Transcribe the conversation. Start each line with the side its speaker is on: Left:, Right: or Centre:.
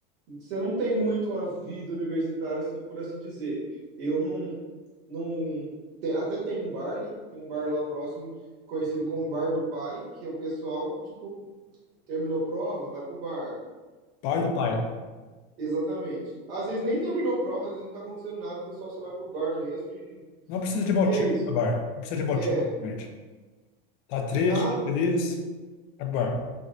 Right: você não tem muito uma vida universitária, assim, por assim dizer. Eu não. não tem, até tem um bar, né? Tem um bar lá próximo, conhecido como Bar do Pai, que o pessoal, tipo, terminou prova, vai pro bar.
Left: pai do pai.
Right: Exatamente. Às vezes nem terminou prova, às vezes não tá acontecendo nada, o pessoal só vai pro bar mesmo e,
Left: Não precisa de motivo
Right: e é isso.
Left: para bar. Não precisa de motivo,
Right: É,
Left: gente. Tá triste,
Right: na,
Left: tá feliz? Tá bar.